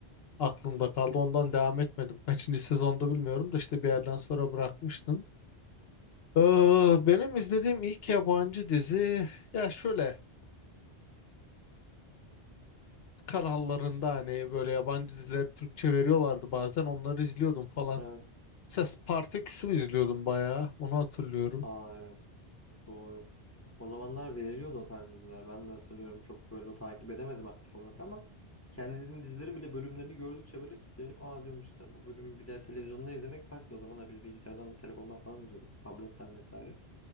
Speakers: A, on the left; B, on the left.
A: aklımda kaldı. Ondan devam etmedim. Kaçıncı sezonda bilmiyorum da işte bir yerden sonra bırakmıştım. Ee, benim izlediğim ilk yabancı dizi ya şöyle. kanallarında hani böyle yabancı diziler Türkçe veriyorlardı bazen onları izliyordum falan.
B: Evet.
A: Mesela Spartaküs'ü izliyordum bayağı onu hatırlıyorum.
B: Aa evet. Doğru. O zamanlar veriliyordu o tarz diziler. Ben de hatırlıyorum çok böyle takip edemedim aktif olarak ama kendi izlediğim dizilerin bile bölümlerini gördükçe böyle kilitlenip aa diyorum işte bu bölümü bir de televizyonda izlemek farklı. O zaman bir bilgisayardan, telefondan falan izliyorduk. Tabletten vesaire.